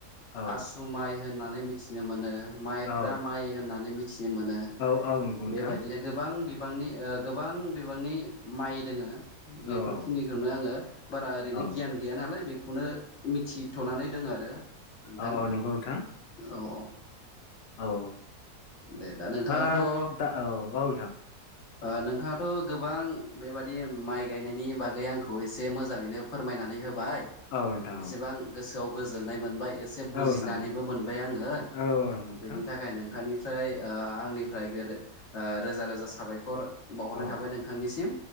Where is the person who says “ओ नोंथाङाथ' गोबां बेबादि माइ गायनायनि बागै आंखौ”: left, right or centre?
Left